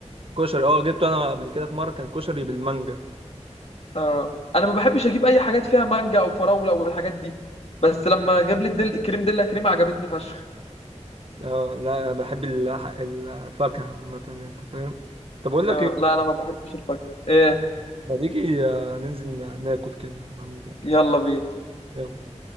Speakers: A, on the right; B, on the left.
A: كشري اه جبته انا قبل كده في مرة كان كشري بالمانجا
B: اه انا ما بحبش اجيب اي حاجات فيها مانجا او فراوله والحاجات دي بس لما جاب لي الدل... كريم دلة كريم عجبتني فشخ
A: اه لا بحب الح- الفاكهة عامة يعني انت فاهم طب اقول لك
B: اه
A: ايه
B: لا انا ما بحبش الفاكهه ايه
A: ما تيجي آه، ننزل ناكل كده من عند
B: يلا بينا
A: يلا